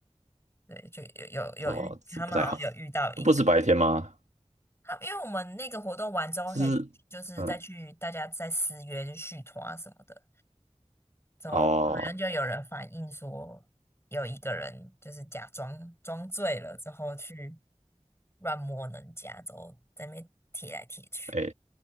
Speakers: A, on the left; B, on the right.
A: 对，就有有有遇，
B: 哦，
A: 他们好像有遇到一个。
B: 这不太好。不是白天吗？
A: 他因为我们那个活动完之后，
B: 就是嗯
A: 可以就是再去大家再私约就续团啊什么的，怎么好像就有人反映说，
B: 哦，
A: 有一个人就是假装装醉了之后去乱摸人家，之后在那边贴来贴去。
B: 哎、